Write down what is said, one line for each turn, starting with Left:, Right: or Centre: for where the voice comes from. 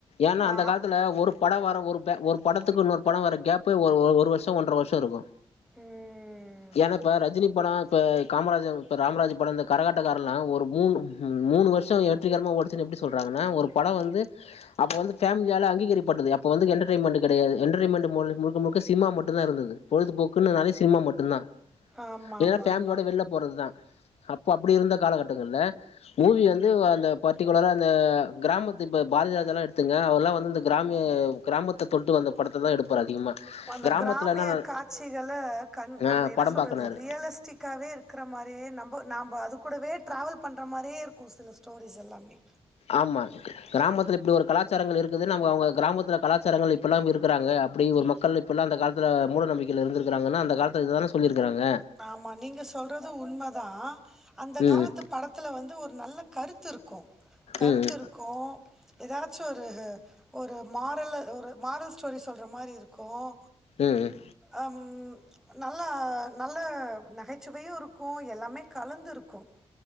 Left: ஏன்னா
Centre: ஆ
Left: அந்த காலத்துல
Centre: அப்
Left: ஒரு படம் வர ஒரு பே ஒரு படத்துக்கு இன்னொரு படம் வர கேப்பே ஒரு ஒரு வருஷம் ஒன்றரை வருஷம் இருக்கும்
Centre: ம்
Left: ஏனா இப்ப ரஜினி படம் இப்ப காமராஜன் ராமராஜ் படம் இந்த கரகாட்டக்காரல்லான் ஒரு மூணு மூணு வருஷம் வெற்றிகரமா ஓடுச்சுன் எப்படி சொல்றாங்கன்னா ஒரு படம் வந்து அப்போ வந்து ஃபமிலியால் அங்கீகரிப்பட்டது அப்போ வ என்டர்டென்மெண்ட கெடையது என்டர்டையமெண்ட் முழுக்க முழுக்க சினிமா மட்டுந்தா இருந்தது பொழுதுபோக்குன்னுனால சினிமா மட்டுந்தா
Centre: ஆமா
Left: ஏன்னா
Centre: ஆமா
Left: ஃபேமிலியோட
Centre: ஆமா
Left: வெளியில போறதுதா அப்போ அப்டி இருந்த காலகட்டங்கள்ல மூவி வந்து அந்த பர்டிகுலரா அந்த கிராமத்து இப்ப பாரதிராஜாலா எடுத்துங்க அவர்ல்லா வந்து அந்த கிராமிய கிராமத்த தொட்டு வந்த படத்ததா எடுப்பாரு அதிகமா
Centre: அந்த
Left: கிராமத்துல
Centre: கிராமிய
Left: என்ன
Centre: காட்சிகள கண்
Left: ஆ
Centre: நம்ம என்ன
Left: படம்
Centre: சொல்றது
Left: பாக்குனாரு
Centre: ரியலிஸ்டி க்காவே இருக்கிற மாரியே நம்போ நாம்போ அது கூடவே ட்ராவல் பண்ற மாரியே இருக்கு சில ஸ்டோரிஸ் எல்லாமே
Left: ஆமா கிராமத்துல இப்டி ஒரு கலாச்சாரங்கள் இருக்குது நம்போ அவுங்க கிராமத்துல கலாச்சாரங்கள் ப்பல்லாம் இருக்குறாங்க அப்டிங் ஒரு மக்கள் இப்போல்லா அந்த காலத்தில மூட நம்பிக்கைல இருந்துருக்காங்கனா அந்த காலத்தில இததானே சொல்லியிருக்கறாங்க
Centre: ஆமா நீங்க சொல்றது உண்மதா அந்த
Left: ம்
Centre: காலத்துப் படத்தில வந்து ஒரு நல்ல கருத்து இருக்குன் கருத்து
Left: ம்
Centre: இருக்குன் ஏதாச்சு ஒரு ஒரு மாரலு ஒரு மாரல் ஸ்டோரி சொல்றா மாரி இருக்குன்
Left: ம் ம்
Centre: அம் நல்லா நல்ல நகைச்சுவையு இருக்குன் எல்லாமே கலந்துருக்குன்